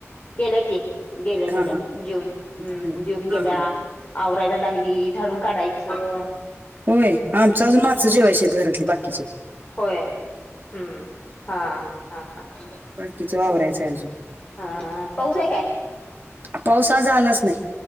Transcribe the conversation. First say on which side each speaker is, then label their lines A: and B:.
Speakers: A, on the left; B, on the right.
A: गेलं की गेलं
B: हा
A: गेल्या
B: हा
A: जून हम्
B: बर
A: जून गेल्या.
B: हा हा
A: आवरायला लागली झाडून काढायचं.
B: होय आमच अजून माणसं जेवायची आहेत घरातले बाकीचे
A: होय हम्म हा हा हा. अछ
B: बाकीचं आवरायचं आहे अजून
A: हा पाऊस आहे काय?
B: पावसाज आलाच नाही.